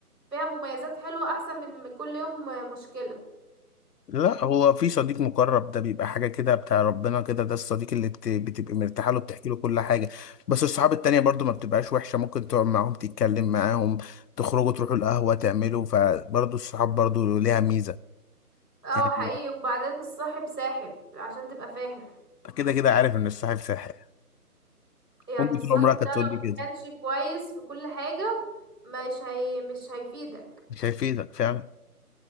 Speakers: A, on the right (about 90°); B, on the left (about 80°).
A: فيها مميزات حلوة احسن من م- كل يوم مشكلة
B: لا هو في صديق مقرب ده بيبقى حاجة كده بتاع ربنا كده ده الصديق اللي بت... بتبقى مرتاحة له بتحكي له كل حاجة بس الصحاب التانية برضو ما بتبقاش وحشة ممكن تقعد معاهم تتكلم معاهم تخرجوا تروحوا القهوة تعملوا فبرضو الصحاب برضو ليها ميزة
A: اه
B: يعني
A: حقيقي وبعدين الصاحب ساحب عشان تبقى فاهم
B: كده كده عارف إن الصاحب ساحر
A: يعني
B: أمي
A: الصاحب
B: طول عمرها كانت
A: ده
B: تقول
A: لو
B: لي كده
A: مكانش كويس في كل حاجة مش هي مش هيفيدك
B: مش هيفيدك فعلا